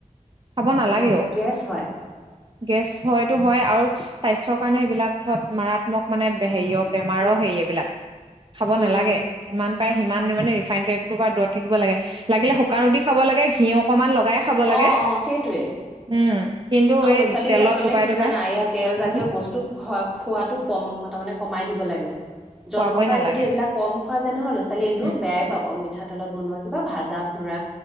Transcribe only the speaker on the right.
খাব নালাগেও।
গেছ হয়তটো হয় আৰু স্বাস্থ্যৰ কাৰণে এইবিলাক হহুত মাৰাত্মক। মানে
হেৰিয় বেমাৰৰ
হেৰি এইবিলাক খাব
নালাগে। যিমান পাৰে সিমান মানে ৰিফাইন তেলতোপা দূৰত থাকিব লাগে। লাগিলে শুকান ৰুটি খাব লাগে ঘিউ অকমান লগাই, খাব লাগে
উম কিন্তু
এই
তেলত
ডুবাই
ডুবাই
উম
খোৱাবই
নালাগে
উম